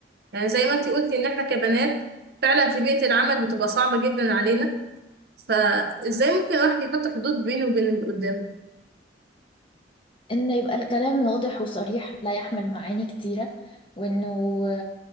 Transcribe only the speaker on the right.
يعني زي ما انتي قلتي ان احنا كبنات فعلا في بيئة العمل بتبقى صعبة جدا علينا فازاي ممكن الواحد يحط حدود بينه وبين اللي قدامه